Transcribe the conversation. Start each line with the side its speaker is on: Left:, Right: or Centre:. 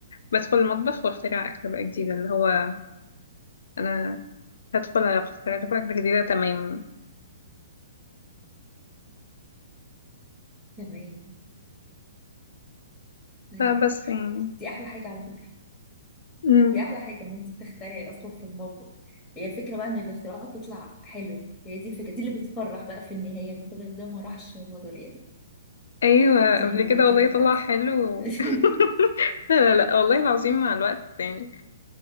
Left: بدخل المطبخ واخترع اكل بقى جديده
Centre: اوكي
Left: اللي هو انا هدخل اخترع لكم اكله جديده تماما
Centre: تمام طيب
Left: فبس يعني
Centre: دي احلى حاجه على فكره
Left: امم
Centre: دي احلى حاجه ان انت تخترعي اصلا في المطبخ هي الفكره بقى ان الاختراعات تطلع حلوه هي دي الفكره دي اللي بتفرح بقى في النهايه ان كل ده ما راحش هدر يعني
Left: ايوه
Centre: زي
Left: قبل
Centre: الكيكه
Left: كده والله
Centre: بتاعتي
Left: طلع حلو
Centre: <laughs>
Left: <laughs> لا لا لا والله العظيم مع الوقت يعني